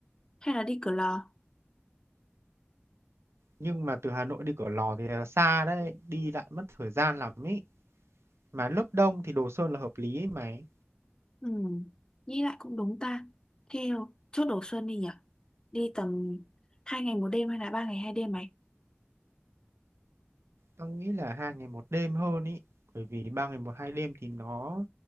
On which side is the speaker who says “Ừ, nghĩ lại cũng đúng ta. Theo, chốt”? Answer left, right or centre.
Left